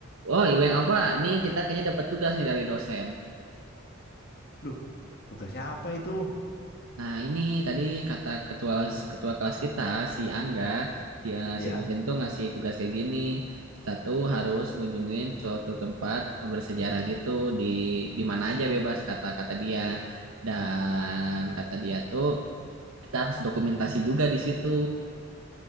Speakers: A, on the right; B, on the left.
A: Oh, Iweng apa? Ini kita kayaknya dapat tugas nih dari dosen.
B: Duh, tugasnya apa itu?
A: Nah, ini tadi kata ketua ketua kelas kita si Angga, dia
B: Iya.
A: si dosen tuh ngasih tugas kayak gini. Kita tuh harus ngunjungin suatu tempat bersejarah gitu di di mana aja bebas kata-kata dia. Dan kata dia tuh kita harus dokumentasi juga di situ.